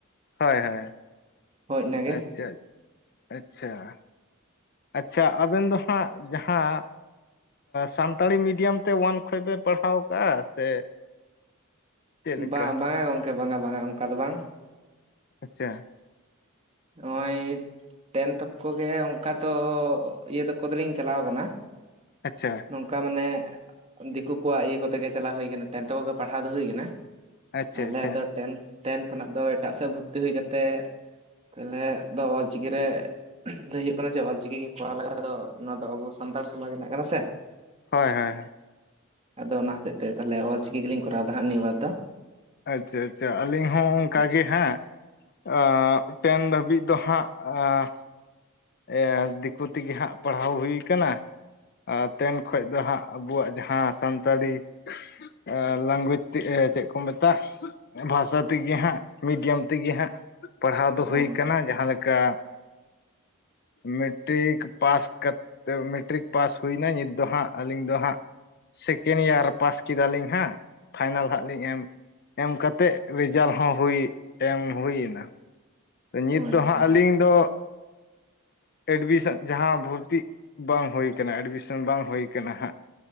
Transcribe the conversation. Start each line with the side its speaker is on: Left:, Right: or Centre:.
Left: ᱦᱳᱭᱻᱦᱳᱭᱻᱟᱪᱪᱷᱟᱻᱟᱪᱪᱷᱟᱻᱟᱪᱪᱷᱟ
Right: ᱤᱱᱟᱹᱜᱮ
Left: ᱾ ᱟᱪᱪᱷᱟ ᱟᱵᱮᱱ ᱫᱚ ᱦᱟᱸᱜ ᱡᱟᱦᱟᱸ ᱥᱟᱱᱛᱟᱲᱤ ᱢᱤᱰᱤᱭᱟᱢ ᱛᱮ ᱚᱳᱣᱟᱱ ᱠᱷᱚᱡ ᱯᱮ ᱯᱟᱲᱦᱟᱣ ᱠᱟᱜ-ᱟ ᱥᱮ? ᱪᱮᱫ ᱞᱮᱠᱟ
Right: ᱵᱟᱝ ᱵᱟᱝᱟ ᱜᱚᱢᱠᱮ ᱵᱟᱝᱟ ᱵᱟᱝᱟ ᱚᱱᱠᱟ ᱫᱚ ᱵᱟᱝ᱾
Left: ᱟᱪᱪᱷᱟ᱾
Right: ᱱᱚᱜᱼᱚᱭ ᱴᱮᱱ ᱛᱚᱠᱠᱚ ᱜᱮ ᱚᱱᱠᱟ ᱫᱚ ᱤᱭᱟᱹ ᱛᱚᱠᱠᱚ ᱫᱚᱞᱤᱧ ᱪᱟᱞᱟᱣ ᱠᱟᱱᱟ ᱾
Left: ᱟᱪᱪᱷᱟ᱾
Right: ᱱᱚᱝᱠᱟ ᱢᱟᱱᱮ ᱫᱤᱠᱩ ᱠᱚᱣᱟᱜ ᱤᱭᱟᱹ ᱠᱚᱛᱮ ᱜᱮ ᱪᱟᱞᱟᱣ ᱦᱩᱭ ᱠᱟᱱᱟ, ᱚᱮᱱᱛᱮ ᱠᱚᱜᱮ ᱯᱟᱲᱦᱟᱣ ᱫᱚ ᱦᱩᱭ ᱠᱟᱱᱟ ᱾
Left: ᱟᱪᱪᱷᱟ
Right: ᱛᱟᱦᱚᱞᱮ
Left: ᱟᱪᱪᱷᱟ
Right: ᱟᱫᱚ ᱴᱮᱱ ᱠᱷᱚᱱᱟᱜ ᱫᱚ ᱮᱴᱟᱜ ᱥᱮᱫ ᱵᱷᱩᱨᱛᱤ ᱦᱩᱭ ᱠᱟᱛᱮᱜ ᱛᱟᱦᱚᱞᱮ ᱫᱚ ᱚᱞᱪᱤᱠᱤ ᱨᱮ ᱩᱸ ᱞᱟᱹᱭ ᱦᱩᱭᱩᱜ ᱠᱟᱱᱟ ᱡᱮ ᱚᱞ ᱪᱤᱠᱤ ᱜᱮ ᱠᱚᱨᱟᱣ ᱞᱮᱠᱷᱟᱱ ᱫᱚ ᱱᱚᱶᱟ ᱫᱚ ᱟᱵᱚ ᱥᱟᱱᱛᱟᱲ ᱥᱚᱢᱟᱡᱽ ᱨᱮᱱᱟᱜ ᱠᱟᱱᱟ ᱥᱮ᱾
Left: ᱦᱚᱭᱻᱦᱚᱭᱻᱦᱚᱭ᱾
Right: ᱟᱫᱚ ᱚᱱᱟ ᱦᱚᱛᱮᱡ ᱛᱮ, ᱛᱟᱦᱚᱞᱮ ᱚᱞ ᱪᱤᱠᱤ ᱜᱮᱞᱤᱧ ᱠᱚᱨᱟᱣ ᱫᱟ ᱦᱟᱸᱜ ᱱᱤᱭᱟᱹ ᱵᱟᱨ ᱫᱚ᱾
Left: ᱟᱪᱪᱷᱟᱻᱟᱪᱪᱟ ᱟᱹᱞᱤᱧ ᱦᱚᱸ ᱚᱱᱠᱟ ᱜᱮ ᱦᱟᱸᱜ᱾ ᱟᱸᱻ ᱴᱮᱱ ᱫᱷᱟᱹᱵᱤᱡ ᱫᱚ ᱦᱟᱸᱜ ᱟᱸ ᱮ ᱫᱤᱠᱩ ᱛᱤᱜᱤ ᱦᱟᱸᱜ ᱯᱟᱲᱦᱟᱣ ᱦᱩᱭ ᱠᱟᱱᱟ ᱾ ᱴᱮᱱ ᱠᱷᱚᱡ ᱫᱚ ᱦᱟᱸᱜ ᱟᱵᱚᱣᱟᱜ ᱡᱟᱦᱟᱸ ᱥᱟᱱᱛᱟᱲᱤ᱾ ᱮ ᱞᱟᱝᱜᱽᱣᱮᱡᱽ ᱛᱮ ᱪᱮᱫ ᱠᱚ ᱢᱮᱛᱟᱜ? ᱵᱷᱟᱥᱟ ᱛᱮᱜᱮ ᱦᱟᱸᱜ, ᱢᱤᱰᱤᱭᱚᱢ ᱛᱮᱜᱮ ᱦᱟᱸᱜ, ᱯᱟᱲᱦᱟᱣ ᱫᱚ ᱦᱩᱭ
Right: ᱚ
Left: ᱠᱟᱱᱟ ᱡᱟᱦᱟᱸᱞᱮᱠᱟᱼᱼ ᱢᱮᱴᱴᱤᱠ ᱯᱟᱥ ᱠᱟᱼᱼ ᱛᱟᱹᱣ ᱢᱮᱴᱨᱤᱠ ᱯᱟᱥ ᱦᱩᱭᱱᱟ ᱱᱤᱛ ᱫᱚ ᱦᱟᱸᱜ ᱟᱹᱞᱤᱧ ᱫᱚ ᱦᱟᱸᱜᱼᱼ ᱥᱮᱠᱮᱱ ᱤᱭᱟᱨ ᱯᱟᱥ ᱠᱮᱫᱟ ᱞᱤᱧ ᱦᱟᱸᱜ, ᱯᱷᱟᱭᱱᱮᱞ ᱦᱟᱸᱜ ᱞᱤᱧ ᱮᱢᱼᱼ ᱮᱢ ᱠᱟᱛᱮᱜ ᱨᱮᱡᱟᱞ ᱦᱚᱸ ᱦᱩᱭ ᱮᱢ ᱦᱩᱭ ᱱᱟ᱾ ᱱᱤᱛ ᱫᱚ
Right: ᱟᱪᱪᱷᱟ
Left: ᱦᱟᱸᱜ ᱟᱹᱞᱤᱧ ᱫᱚ ᱮᱰᱢᱤᱥᱚᱱ ᱡᱟᱦᱟᱸ ᱵᱷᱩᱨᱛᱤᱜ ᱵᱟᱝ ᱦᱩᱭ ᱠᱟᱱᱟ ᱮᱰᱢᱤᱥᱚᱱ ᱵᱟᱝ ᱦᱩᱭᱩ ᱠᱟᱱᱟ ᱦᱟᱸᱜ